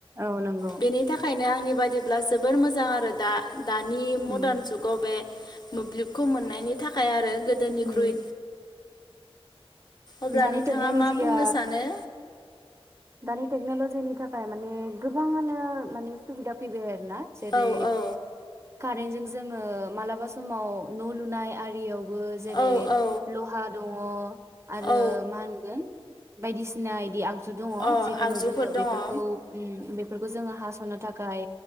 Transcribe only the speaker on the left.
बेनि थाखायनो आंनि बाददिब्ला जोबोर मोजां आरो दा दानि
मदार्न जुगाव बे मोब्लिबखौ मोननायनि थाखाय आरो। गोदोनिख्रुइ
अब्ला
नोंथाङा
मा बुंनो सानो?
औ औ
औ औ
औ
अ
आगजुफोर
दङ
औ